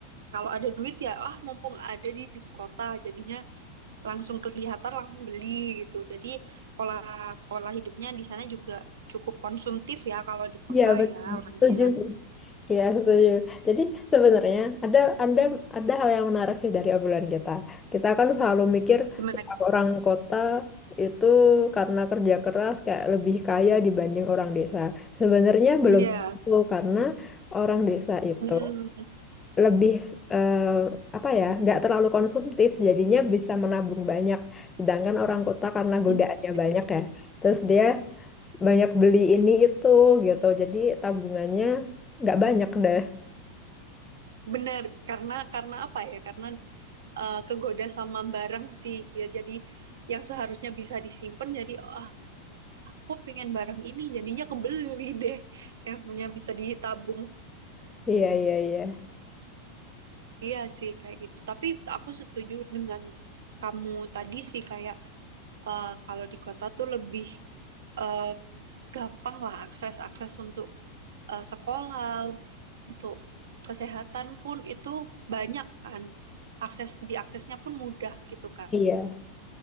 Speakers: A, on the right; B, on the left.
A: kalau ada duit ya ah mumpung ada di, di kota jadinya langsung kelihatan langsung beli gitu jadi pola pola hidupnya di sana juga cukup konsumtif ya kalau di kota
B: Iya betul,
A: ya orangnya
B: setuju sih. Iya setuju. Jadi sebenarnya ada ada ada hal yang menarik sih dari obrolan kita. Kita kan selalu mikir
A: gimana
B: "Ih,
A: Gi?
B: orang kota itu karena kerja keras kayak lebih kaya dibanding orang desa. Sebenarnya belum
A: iya
B: tentu karena orang desa itu
A: Mm-mm.
B: lebih eh, apa ya nggak terlalu konsumtif jadinya bisa menabung banyak sedangkan orang kota karena godaannya
A: Iya, iya,
B: banyak
A: bener
B: ya terus dia banyak beli ini itu gitu jadi tabungannya nggak banyak deh
A: Bener. karena karena apa ya karena eh, kegoda sama barang sih ya jadi yang seharusnya bisa disimpan jadi "Ah, aku pengen barang ini jadinya kebeli deh yang sebenarnya bisa ditabung
B: <laughs> iya iya iya
A: iya sih kayak gitu tapi aku setuju dengan kamu tadi sih kayak eh, kalau di kota tuh lebih eh, gampang lah akses akses untuk eh, sekolah, untuk kesehatan pun itu banyak kan. Akses diaksesnya pun mudah gitu kan.
B: iya